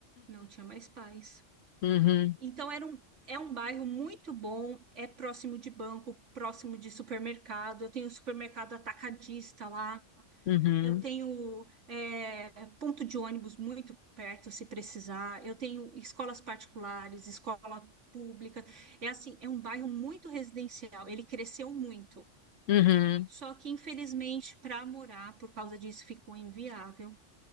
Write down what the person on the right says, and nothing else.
não tinha mais paz.
Então, era um, é um bairro muito bom, é próximo de banco, próximo de supermercado. Eu tenho supermercado atacadista lá,
Eu tenho é, ponto de ônibus muito perto, se precisar. Eu tenho escolas particulares, escola pública. É assim, é um bairro muito residencial. Ele cresceu muito.
Só que, infelizmente, para morar, por causa disso, ficou inviável